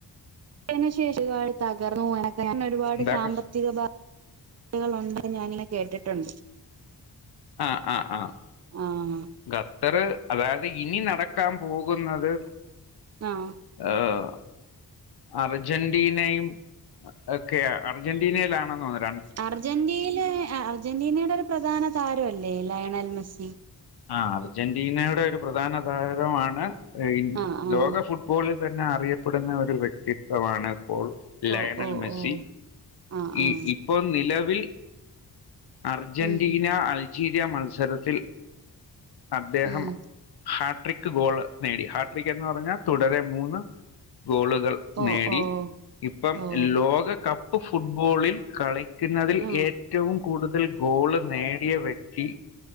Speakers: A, on the right; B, on the left.
A: തിനു ശേഷ ഒരുപാട് തകർന്നൂ <unintelligible> ഒരുപാട്
B: എന്താക്ക്
A: സാമ്പത്തിക ബ കളുണ്ട് ഞാനി <unintelligible> കേട്ടിട്ടുണ്ട്.
B: ആഹ് ആഹ് ആഹ്.
A: ആഹ്
B: ഖത്തറ് അതായത് ഇനി നടക്കാൻ പോകുന്നത്.
A: ആഹ്
B: ഏഹ്. അർജന്റീനയും ഒക്കെയ അർജന്റീനയിലാണെന്നോന്ന്
A: അർജന്റീനെ എ അർജന്റീനയുടെ ഒരു പ്രധാന താരം അല്ലേ ലയണൽ മെസ്സി.
B: ആഹ് അർജന്റീനയുടെ ഒരു പ്രധാന താരമാണ് എ ഇ
A: ആഹ് ആഹ്
B: ലോക ഫുട് <unintelligible> ലെ തന്നെ അറിയപ്പെടുന്ന ഒരു വ്യക്തിത്വമാണ്. ഇപ്പോൾ ലയണൽ
A: ഓ ഓ
B: മെസ്സി
A: ഓ ആഹ് ആഹ്
B: ഇ ഈ അപ്പോൾ നിലവിൽ അർജന്റീന
A: ഉം
B: അൾജീരിയ മത്സരത്തിൽ. അദ്ദേഹം.
A: ഉം
B: ഹാട്രിക്ക് ഗോള് നേടി ഹാട്രിക് എന്ന് പറഞ്ഞാൽ തുടരെ മൂന്ന് ഗോളുകൾ.
A: ഓ
B: നേടി
A: ഓ
B: ഇപ്പം
A: ഓ
B: ലോക ക പ്പ് ഫുട്ബോളിൽ കളിക്കുന്നതിൽ
A: ഉം
B: ഏറ്റവും. കൂടുതൽ ഗോള് നേടിയ വ്യക്തി.